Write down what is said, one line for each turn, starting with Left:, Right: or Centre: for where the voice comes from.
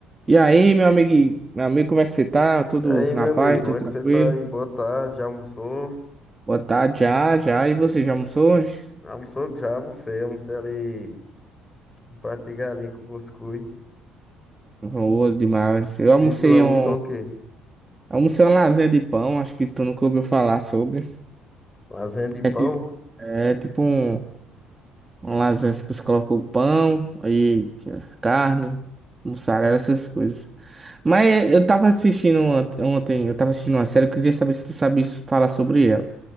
Right: E aí, meu amigo, meu amigo, como é que você tá? Tudo
Left: E aí,
Right: na
Left: meu
Right: paz,
Left: amigo,
Right: tudo
Left: como é
Right: tranquilo?
Left: que você tá aí? Boa tarde, já almoçou?
Right: Boa tarde, já, já. E você já almoçou hoje?
Left: Almoçou? Já almocei, almocei ali um prato de galinha com cuscuz.
Right: Boa demais. Eu almocei
Left: E tu almoçou
Right: um,
Left: o quê?
Right: almocei uma lasanha de pão, acho que tu nunca ouviu falar sobre.
Left: Lasanha de
Right: É,
Left: pão?
Right: ti- é tipo um, uma lasanha assim que você coloca o pão e é, carne, mussarela, essas coisas. Mas eu tava assistindo ont- ontem, eu tava assistindo uma série, eu queria saber se tu sabe falar sobre ela.